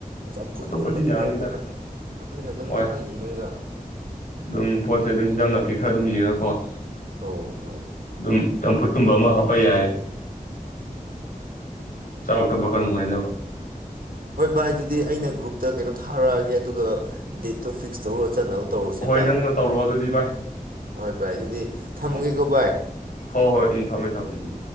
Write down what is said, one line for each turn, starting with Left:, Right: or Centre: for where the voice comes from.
Right: ꯆꯝꯐꯨꯠꯀꯨꯝꯕꯗꯨꯗꯤ
Left: ꯑꯇꯣꯞꯄꯗꯤ ꯌꯥꯔꯅꯤꯗ
Right: ꯑꯈꯣꯏꯅ ꯑꯈꯣꯏꯅ ꯑꯗꯨꯝ
Left: ꯍꯣꯏ
Right: ꯈꯔ ꯌꯦꯡꯉꯒ
Left: ꯑꯗꯨꯝ ꯄꯣꯠꯆꯩ ꯑꯗꯨꯝ ꯍꯤꯟꯖꯥꯡ ꯅꯥꯄꯤ ꯤꯈꯔ ꯑꯗꯨꯝ ꯌꯦꯡꯉꯀꯣ
Right: ꯑꯧ ꯃꯥꯅꯦ
Left: ꯑꯗꯨꯝ ꯆꯝꯐꯨꯠ ꯗꯨꯝꯕ ꯑꯃ ꯍꯥꯞꯄ ꯌꯥꯏ ꯆꯥꯕ ꯊꯛꯄ ꯈꯔ ꯅꯨꯡꯉꯥꯏꯅꯕ
Right: ꯚꯥꯏ ꯑꯗꯨꯗꯤ ꯑꯩꯅ ꯒ꯭ꯔꯨꯞꯇ ꯀꯩꯅꯣ ꯊꯥꯔꯛꯑꯒꯦ ꯑꯗꯨꯒ ꯗꯦꯠꯇꯣ ꯐꯤꯛꯁ ꯇꯧꯔꯒ ꯆꯠꯅꯕ ꯇꯧꯔꯁꯦ
Left: ꯑꯍꯣꯏ
Right: ꯚꯥꯏ
Left: ꯅꯪꯅ ꯇꯧꯔꯣꯑꯣ ꯑꯗꯨꯗꯤ ꯚꯥꯏ
Right: ꯍꯣꯏ ꯚꯥꯏ ꯑꯗꯨꯗꯤ ꯊꯝꯃꯒꯦꯀꯣ
Left: ꯎꯝ
Right: ꯚꯥꯏ
Left: ꯍꯣꯏ ꯍꯣꯏ ꯎꯝ ꯊꯝꯃꯦ ꯊꯝꯃꯦ ꯎꯝ